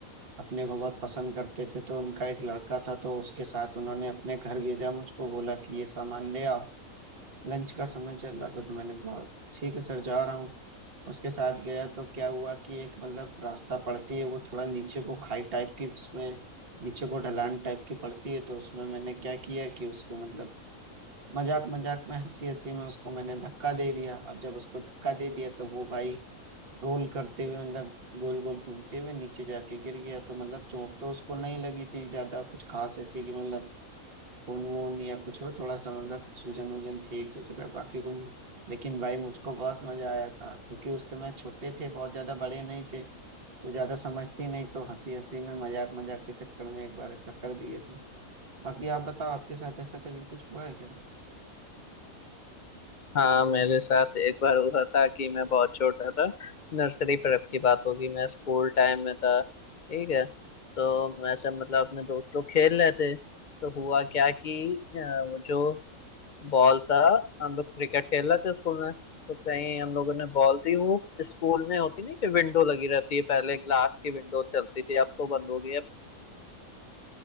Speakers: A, on the right; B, on the left.
A: अपने को बहुत पसंद करते थे तो उनका एक लड़का था तो उसके साथ उन्होंने अपने घर भेजा मुझको बोला कि ये सामान ले आओ लंच का समय चल रहा था तो मैंने कहा ठीक है सर जा रहा हूँ उसके साथ गया तो क्या हुआ कि एक मतलब रास्ता पड़ती है वो थोड़ा नीचे को खाई टाइप की उसमें नीचे को ढलान टाइप की पड़ती है तो उसमें मैंने क्या किया कि उसको मतलब मजाक मजाक में हंसी हंसी में उसको मैंने धक्का दे दिया अब जब उसको धक्का दे दिया तो वो भाई रोल करते हुए मतलब गोल गोल घूमते हुए नीचे जाके गिर गया तो मतलब चोट तो उसको नहीं लगी थी ज्यादा कुछ खास ऐसी कि मतलब खून वून या कुछ हो थोड़ा सा मतलब सूजन वूजन थी एक दो जगह बाकी कुछ नहीं लेकिन भाई मुझको बहुत मजा आया था क्योंकि उस समय छोटे थे बहुत ज्यादा बड़े नहीं थे तो ज्यादा समझते ही नहीं तो हंसी हंसी में मजाक मजाक के चक्कर में एक बार ऐसा कर दिए थे बाकी आप बताओ आपके साथ ऐसा कभी कुछ हुआ है क्या
B: हाँ मेरे साथ एक बार हुआ था कि मैं बहुत छोटा था नर्सरी प्रेप की बात होगी मैं स्कूल टाइम में था ठीक है तो मैं सब मतलब अपने दोस्त लोग खेल रहे थे तो हुआ क्या कि अ, वो जो बॉल था हम लोग क्रिकेट खेल रहे थे स्कूल में तो कहीं हम लोगों ने बॉल दी वो स्कूल में होती नहीं कि विंडो लगी रहती है पहले ग्लास की विंडो चलती थी अब तो बंद हो गई है